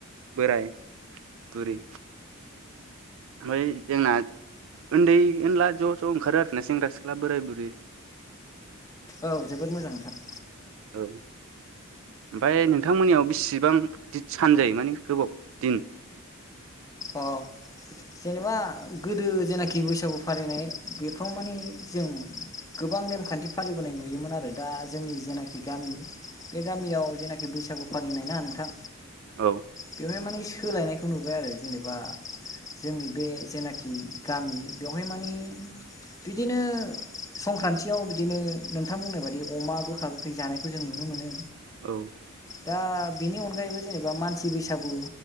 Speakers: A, on the right; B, on the left.
A: बोराय बुरै आमफाय जोंना उन्दै उनला ज' ज' ओंखारो आरोखि ना सेंग्रा सिख्ला बोराय बुरि।
B: औ जोबोद मोजांथार।
A: औ ओमफ्राय नोंथांमोननियाव बेसिबां दिद सान जायो माने गोबाव दिन।
B: अ। जेनेबा गोदो जेनाखि बैसागु फालिनाय बेफ्राव मानि जों गोबां नेमखान्थि फालिबोनाय नुयोमोन आरो दा जोंनि जेनाखि गामि बे गामियाव जेनाखि बैसागु फालिनाय ना नोंथां
A: औ
B: बेवहाय मानिे सोलायनायखौ नुबाय आरो जेनेबा जोंनि बे जेनाखि गामि बेवहाय मानिे बिदिनो। संक्रान्तियाव बिदिनो नोंथां बुंनाय बाददि अमा गोखा गोखै जानायखौ जों नुनो मोनो।
A: औ।
B: ओ दा बिनि अनगायैबो जेनेबा मानसि बैसागु